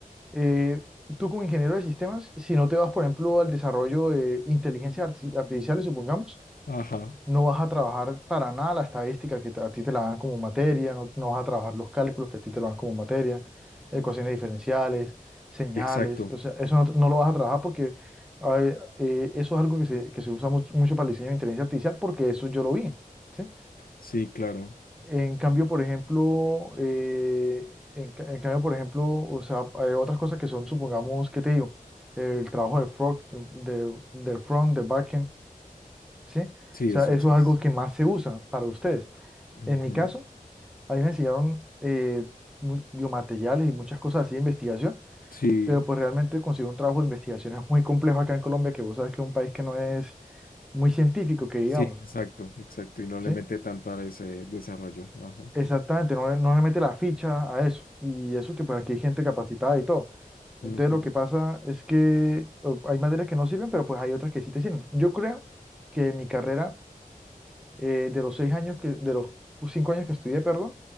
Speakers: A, in the centre; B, on the left.
A: eh, tú como ingeniero de sistemas, si no te vas, por ejemplo, al desarrollo de inteligencia arti- artificial, supongamos,
B: Ajá,
A: no vas a trabajar para nada la estadística que te- a ti te la dan como materia, no, no vas a trabajar los cálculos que a ti te lo dan como materia, ecuaciones diferenciales, señales,
B: exacto.
A: o sea, eso no, no lo vas a trabajar porque a ver, eh, eso es algo que se, que se usa mucho, mucho para el diseño de inteligencia artificial porque eso yo lo vi. ¿sí?
B: Sí, claro.
A: En cambio, por ejemplo, eh, en, ca- en cambio, por ejemplo, o sea, hay otras cosas que son, supongamos, ¿qué te digo? El trabajo del front, del, del front, del backend, ¿sí? O
B: Sí,
A: sea,
B: eso
A: eso
B: sí
A: es
B: es.
A: algo que más se usa para ustedes.
B: Ujú.
A: En mi caso, a mí me enseñaron eh, mu- biomateriales y muchas cosas así de investigación,
B: Sí,
A: pero pues realmente conseguir un trabajo de investigación es muy complejo acá en Colombia, que vos sabes que es un país que no es muy científico, que digamos,
B: sí, exacto, exacto. Y no
A: ¿sí?
B: le mete tanto a ese desarrollo. Ajá.
A: Exactamente, no, le- no le mete la ficha a eso. Y eso que pues aquí hay gente capacitada y todo. Entonces
B: Ujú.
A: lo que pasa es que o- hay materias que no sirven, pero pues hay otras que sí te sirven. Yo creo que en mi carrera, eh, de los seis años que, de los cinco años que estudié, perdón,